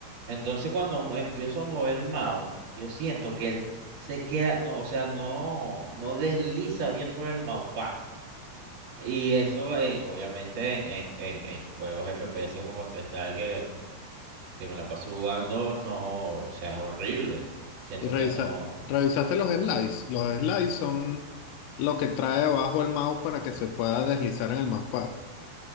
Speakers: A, on the right; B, on the left.
A: Entonces cuando mo- empiezo a mover el mouse, yo siento que él se queda, no, o sea, no, no desliza bien por el mousepad. Y eso, eh, obviamente, en, en, en, en juegos FPS como Counter-Strike, que, que me la paso jugando, no, o sea, es horrible. Siento
B: Y revisa-
A: que no.
B: revisaste los slides. Los slides son lo que trae abajo el mouse para que se pueda deslizar en el mousepad.